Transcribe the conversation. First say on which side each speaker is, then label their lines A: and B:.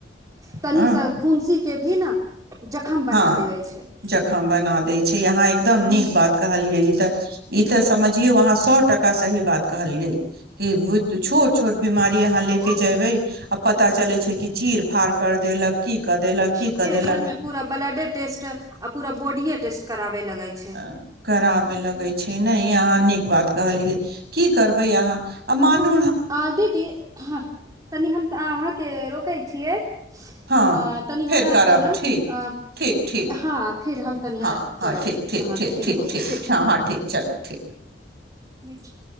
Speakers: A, on the right; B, on the right.
A: तनि
B: हँ
A: सँ फुंसी के भी न जखम
B: हाँ
A: बना देवे छै
B: जखम बना देै छै यहा एकदम
A: ह
B: नीक बात कहलियै ई तऽ ई तऽ समझियौ अहाँ सए टका सही बात कहलियै की छोट छोट बीमारी अहाँ लै
A: हँ
B: के जेबै आ पता चले छै कि चीर फाड़ कर देलक की कदेलक
A: तुरते
B: की कदेलक
A: घर में पूरा ब्लडे टेस्ट आ पूरा बॉडीे टेस्ट करावे लगै छै
B: अऽ कराबे लगै छै नहि अहाँ नीक बात कहलियै की करबै अहाँ आ मानु
A: तऽ आ दीदी तनि हम अहाँ के रोकै छियै
B: हँ
A: अऽ तनि
B: फेर
A: हमरा आर
B: करब
A: के न
B: ठीक
A: अऽ
B: ठीक ठीक
A: हाँ फिर हम तनियाद
B: हँ हँ
A: करब
B: ठीक ठीक
A: अहाँ
B: ठीक
A: के फ्री होके ठीक
B: हँ हँ ठीक चलू ठीक
A: निक छै <unintelligible>